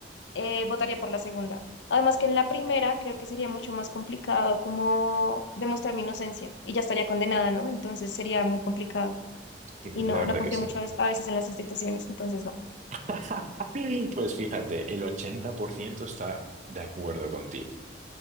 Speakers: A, on the left; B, on the right.
A: eh, votaría por la segunda. Además que en la primera creo que sería mucho más complicado como demostrar mi inocencia y ya estaría condenada, ¿no? Entonces sería muy complicado
B: Sí,
A: y no,
B: La verdad
A: no confío
B: que sí.
A: mucho a veces en las instituciones, entonces no.
B: <laughs> Pues fíjate, el 80% está de acuerdo contigo.